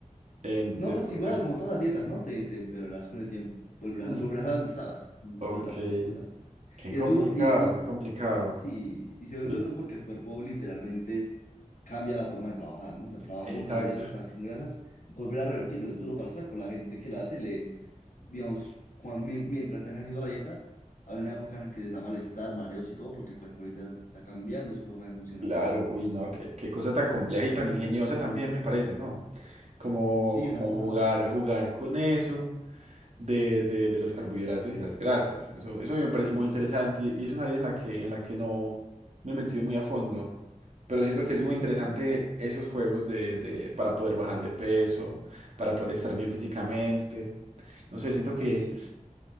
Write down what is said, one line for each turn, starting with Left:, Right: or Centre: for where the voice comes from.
Right: en,
Left: No,
Right: después
Left: pues igual,
Right: de eso?
Left: como
Right: <laughs>
Left: todas las dietas, ¿no? Te, te empeorarás con el tiempo. Volverás
Right: Mm,
Left: a, volverás a donde estabas. No te
Right: Ok,
Left: empeorarás, pero volverás.
Right: qué
Left: Y
Right: complicado,
Left: es duro, y,
Right: qué
Left: y
Right: complicado.
Left: sí, y se vuelve
Right: Sí,
Left: duro porque el cuerpo literalmente cambia la forma de trabajar, ¿no? O sea, trabaja
Right: exacto,
Left: con carbohidratos, trabaja con grasas. Volver a revertirlo es duro para el cuerpo. La gente que la hace le, digamos, cuan- mien- mientras están haciendo la dieta, hay una época en la que les da malestar, mareos y todo, porque el cuerpo literalmente está cambiando su forma de funcionar.
Right: claro, uy, no, qué, qué cosa tan compleja y tan ingeniosa también me parece, ¿no? Como,
Left: Sí,
Right: como
Left: de una forma
Right: jugar,
Left: rara.
Right: jugar con eso. de, de- de los carbohidratos y las grasas. Eso, eso a mí me parece muy
Left: Ujú.
Right: interesante y, y es un área en la que, en la que no me he metido muy a fondo, pero siento
Left: Ok,
Right: que es muy interesante
Left: ok.
Right: esos juegos de, de- para poder bajar de peso, para poder estar bien físicamente. No sé, siento que,
Left: Y